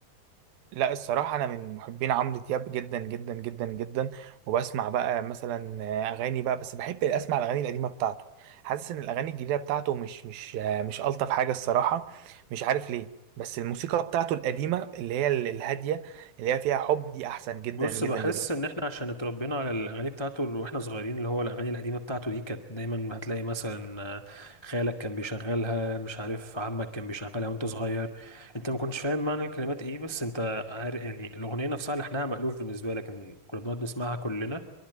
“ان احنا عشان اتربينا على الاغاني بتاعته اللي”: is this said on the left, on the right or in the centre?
Left